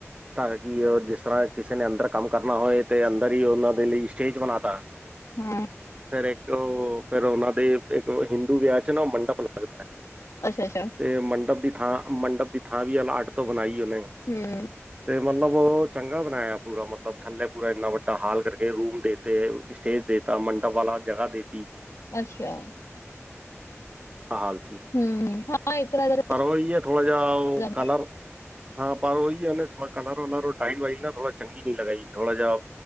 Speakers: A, on the right; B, on the left.
A: ਤਾਂ ਕਿ ਜਿਸ ਤਰ੍ਹਾਂ ਕਿਸੇ ਨੇ ਅੰਦਰ ਕੰਮ ਕਰਨਾ ਹੋਏ ਤੇ ਅੰਦਰ ਹੀ ਉਹਨਾਂ ਦੇ ਲਈ ਸਟੇਜ ਬਣਾ ਤਾ,
B: ਹੂੰ,
A: ਫਿਰ ਇੱਕ ਉਹ ਫਿਰ ਉਹਨਾ ਦੇ ਇੱਕ ਹਿੰਦੂ ਵਿਆਹ ਚ ਨਾ ਉਹ ਮੰਡਪ ਲੱਗਦਾ ਹੈ।
B: ਅੱਛਾ ਅੱਛਾ,
A: ਤੇ ਮੰਡਪ ਦੀ ਥਾਂ ਮੰਡਪ ਦੀ ਥਾਂ ਵੀ ਆ ਅੱਟ ਤੋਂ ਬਣਾਈ ਉਹਨੇ
B: ਹੂੰ
A: ਤੇ ਮਤਲਬ ਉਹ ਚੰਗਾ ਬਣਾਇਆ ਪੂਰਾ ਮਤਲਬ ਥੱਲੇ ਪੂਰਾ ਇੰਨਾ ਵੱਡਾ ਹਾਲ ਕਰਕੇ ਰੂਮ ਦੇ ਤੇ ਸਟੇਜ ਦੇਤਾ ਮੰਡਪ ਵਾਲਾ ਜਗ੍ਹਾ ਦੇਤੀ।
B: ਅੱਛਾ,
A: ਹਾਲ ਸੀ।
B: ਹੂੰ,,, <unintelligible>
A: ਪਰ ਉਹੀ ਹੈ ਥੋੜਾ ਜਿਹਾ ਉਹ
B: ਜਾਂਦਾ
A: ਕਲਰ ਹਾਂ ਪਰ ਉਹੀ ਹੈ ਨਾ ਥੋੜਾ ਕਲਰ ਵਲਰ ਟਾਈਲ ਵਾਈਲ ਨਾ ਥੋੜਾ ਚੰਗੀ ਨੀ ਲਗਾਈ ਥੋੜਾ ਜਿਹਾ